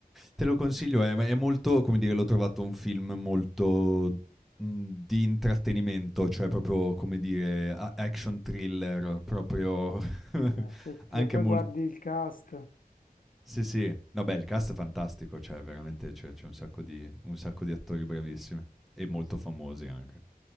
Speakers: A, in the centre; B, on the left.
A: Te lo consiglio, è, è molto, come dire, l'ho trovato un film molto mh, di intrattenimento, cioè proprio, come dire, a- action thriller, proprio <laughs>
B: Vabbè, se, se
A: anche
B: poi
A: molto
B: guardi il cast,
A: Sì, sì. No, beh, il cast è fantastico, cioè veramente c'è, c'è un, sacco di, un sacco di attori bravissimi e molto famosi anche.